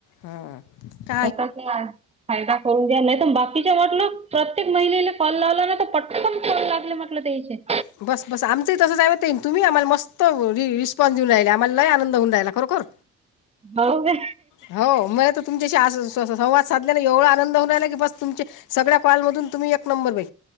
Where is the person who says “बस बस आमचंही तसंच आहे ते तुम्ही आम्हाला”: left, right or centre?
Left